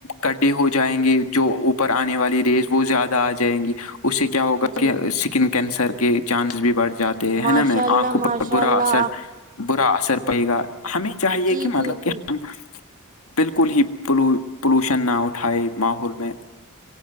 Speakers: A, on the left; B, on the right.
A: گڈھے ہو جائیں گے جو اوپر آنے والی ریز وہ زیادہ آ جائیں گی اس سے کیا ہوگا
B: جی
A: کہ اسکن کینسر کے چانسز بھی بڑھ جاتے ت
B: ماشاء
A: ہےا م
B: اللہ
A: آنکھ اوپر
B: ماشاء
A: برا
B: اللہ
A: اثر برا اثر پے گا ہمیں چاہیے
B: جی
A: کہ مطلب
B: جی جی
A: کہ ہم بالکل ہی پولوشن نہ اٹھائے ماحول میں